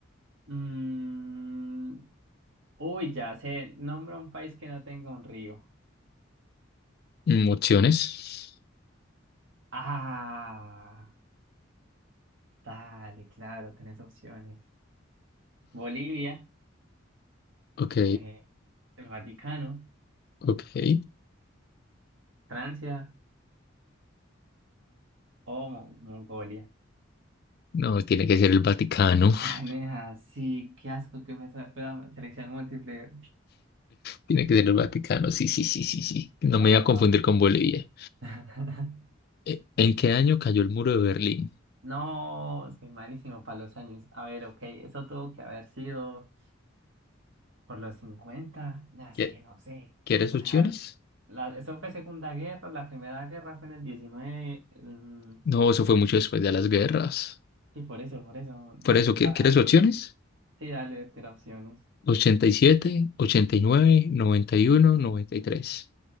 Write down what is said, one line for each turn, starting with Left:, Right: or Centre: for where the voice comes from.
Right: Mm, uy, ya sé. Nombra un país que no tenga un río.
Left: Mm, Opciones.
Right: Ah, dale, claro, tenés opciones. Bolivia,
Left: Ok,
Right: eh, el Vaticano,
Left: ok.
Right: Francia o Mo- Mongolia.
Left: No, tiene que ser el Vaticano. <laughs>
Right: Ah, nea, sí, qué asco que fue esa fue selección múltiple.
Left: Tiene que ser el Vaticano. Sí, sí, sí, sí, sí. No me
Right: Va,
Left: iba a confundir
Right: va,
Left: con Bolivia.
Right: va. <laughs>
Left: Eh, ¿En qué año cayó el muro de Berlín?
Right: No, soy malísimo para los años. A ver, ok, eso tuvo que haber sido por los cincuenta Nah, es
Left: ¿Qui-
Right: que no sé.
Left: ¿Quieres
Right: O
Left: opciones?
Right: sea, l- la, eso fue Segunda Guerra, la Primera Guerra fue en el diecinueve mm,
Left: No, eso fue mucho después de las guerras.
Right: sí, por eso, por eso. Entonces,
Left: Por eso, ¿qui-
Right: para,
Left: ¿quieres opciones?
Right: sí, dale, te opciones.
Left: Ochenta ochenta y y y y siete, nueve, noventa noventa uno, noventa y tres,